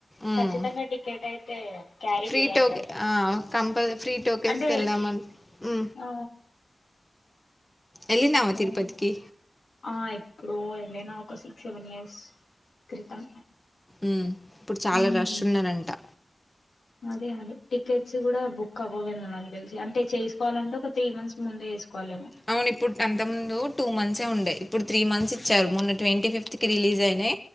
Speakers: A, on the left (about 15°); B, on the left (about 90°).
A: మ్మ్
B: ఖచ్చితంగా టికెట్ అయితే క్యారీ
A: ఫ్రీ
B: చేయాలి
A: టోకె
B: కదా
A: ఆ కంపల్ ఫ్రీ టోకెన్స్కి
B: అంటే
A: ఎళ్దామని ఊ
B: ఆ
A: ఎళ్లినావా
B: అవును
A: తిరుపతికి
B: ఆ ఎప్పుడో ఎళ్ళినా ఒక సిక్స్ సెవెన్ ఇయర్స్ క్రితం.
A: ఊ ఇప్పుడు చాలా
B: మ్మ్
A: రష్ ఉన్నరంటా.
B: అదే అదే టికెట్స్ గూడా బుక్ అవ్వవేమో నాకు తెల్సి అంటే చేసుకోవాలంటే ఒక త్రీ మంత్స్ ముందే చేసుకోవాలేమ్
A: అవును ఇప్పుడు అంతక్ ముందూ టూ మంత్సే ఉండే ఇప్పుడు త్రీ మంత్స్ ఇచ్చారు మొన్న ట్వంటీ ఫిఫ్త్ కి రిలీజ్ అయిం నీ